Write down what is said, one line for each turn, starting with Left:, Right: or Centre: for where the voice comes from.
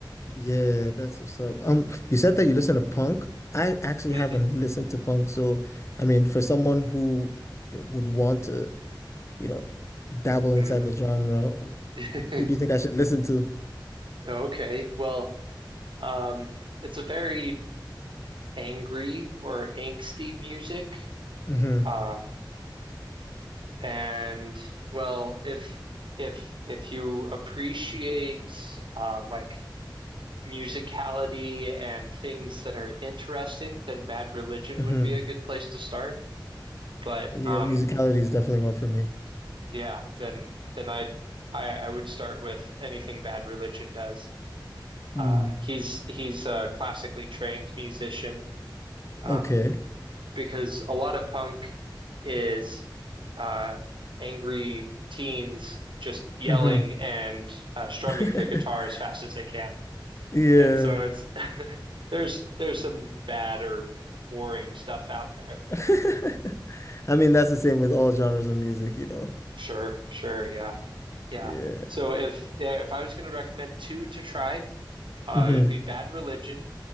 Left: Yeah, that's what's up. Um, you said that you listen to punk. I actually
Right: hmm
Left: haven't listened to punk, so I mean, for someone who would want to, you know, dabble inside
Right: Mm.
Left: the genre,
Right: <laughs>
Left: who do you think I should listen to?
Right: Okay. Well, um it's a very angry or angsty music.
Left: hmm
Right: Um and well, if if if you appreciate uh like musicality and things that are interesting, then Bad Religion
Left: hmm
Right: would be a good place to start. But
Left: Yeah,
Right: um,
Left: musicality is definitely one for me.
Right: yeah, then then I'd I, I would start with anything Bad Religion does.
Left: Mm.
Right: Uh, he's he's a classically trained musician um,
Left: Okay.
Right: because a lot of punk is uh, angry teens just yelling
Left: hmm
Right: and uh, strumming
Left: <laughs>
Right: the guitar as fast as they can.
Left: Yeah.
Right: And so it's <laughs> there's there's some bad or boring stuff out there.
Left: <laughs> I mean, that's the same with all genres of music, you know.
Right: Sure, sure, yeah, yeah.
Left: Yeah.
Right: So if yeah, if I was going to recommend two to try, uh,
Left: hmm
Right: it'd be Bad Religion,